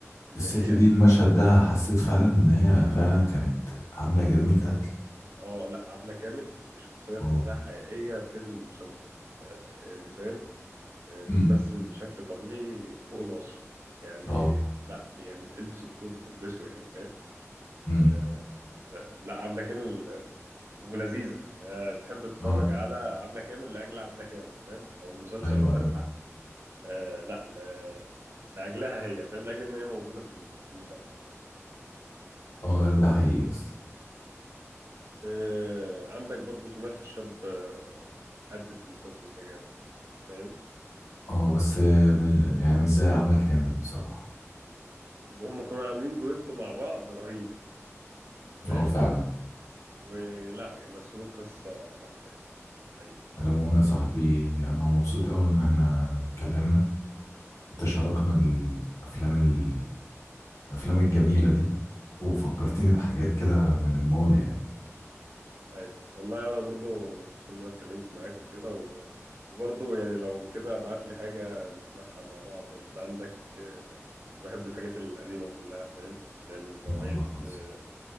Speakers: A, on the right; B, on the left.
A: إن
B: الست
A: هي
B: دي المشهد ده حسيت فعلا إن هي فعلا كانت عاملة جريمة قتل
A: اه لا عبلة كامل شخصية تحسها
B: اه
A: حقيقية في المسلسل آه، يعني فاهم آه، بتمثل
B: امم
A: بشكل طبيعي فوق الوصف يعني
B: اه
A: لا يعني بتلبس الدور بتلبسه يعني فاهم
B: امم
A: آه، آه، لا عبلة كامل آه، ولذيذة يعني أنا تحب تتفرج
B: اه
A: على عبلة كامل لأجل عبلة كامل فاهم أو المسلسل
B: ايوه
A: بتاعها
B: ايوه
A: آه لا ل- لاجلها هي فاهم لاجل ان هي موجوده في ال- في المسلسل
B: اه ده حقيقي يا اسطى
A: آه عندك برضو سمية الخشاب آه، أدت في المسلسل ده جامد فاهم
B: اه بس
A: آه
B: آه، مش- يعني مش زي عبلة كامل بصراحة
A: وهم كانوا عاملين دويتو مع بعض رهيب فاهم
B: اه فعلا
A: ولا يعني مثلوا القصه صح يعني حقيقة
B: على العموم يا صاحبي انا مبسوط قوي ان احنا اتكلمنا وتشاركنا
A: حبيبي
B: الافلام ال- الافلام الجميله دي وفكرتني بحاجات كده من الماضي يعني
A: ايوه والله انا برضو مبسوط ان انا اتكلمت معاك وكده و... وبرضو يعني لو كده ابعت لي حاجه نسمعها مع بعض انت عندك آه، بحب الحاجات القديمه كلها فاهم اللي هي من نوعيه
B: يا عم خلص
A: آه،